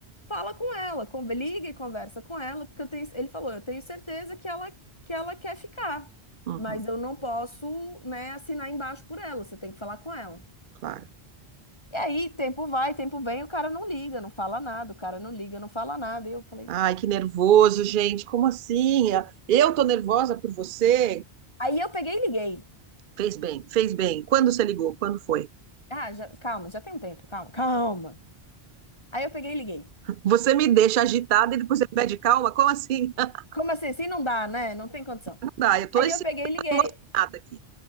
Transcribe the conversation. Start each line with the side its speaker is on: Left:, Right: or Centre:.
Left: fala com ela, con- liga e conversa com ela, porque eu tenho, ele falou, eu tenho certeza que ela que ela quer ficar,
Right: Uhum,
Left: mas eu não posso, né, assinar embaixo por ela, você tem que falar com ela".
Right: claro.
Left: E aí, tempo vai, tempo vem, o cara não liga, não fala nada, o cara não liga, não fala nada. E eu falei:
Right: Ai, que nervoso, gente. Como assim? Eu tô nervosa por você?
Left: "Aí eu peguei e liguei.
Right: Fez bem, fez bem. Quando você ligou? Quando foi?
Left: Ah, já- calma, já tem um tempo, calma, calma. Aí eu peguei e liguei.
Right: Você me deixa agitada e depois você pede calma? Como assim? <laughs>
Left: Como assim? Assim não dá, né? Não tem condição.
Right: Não dá, eu tô
Left: Aí eu peguei e liguei
Right: excitada aqui.